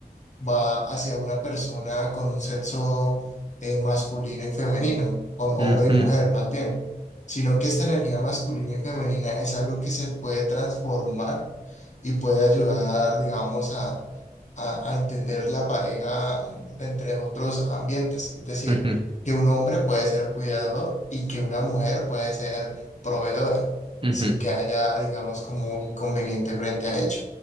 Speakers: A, on the left; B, on the right.
A: va hacia una persona con un sexo eh, masculino y femenino, con hombre
B: ujú,
A: y mujer más bien, sino que esta energía masculina y femenina es algo que se puede transformar y puede ayudar, digamos, a, a, a entender la pareja de entre otros ambientes. Es decir,
B: ujú,
A: que un hombre puede ser cuidador y que una mujer puede ser proveedora,
B: ujú,
A: sin que haya, digamos, como un inconveniente frente a ello.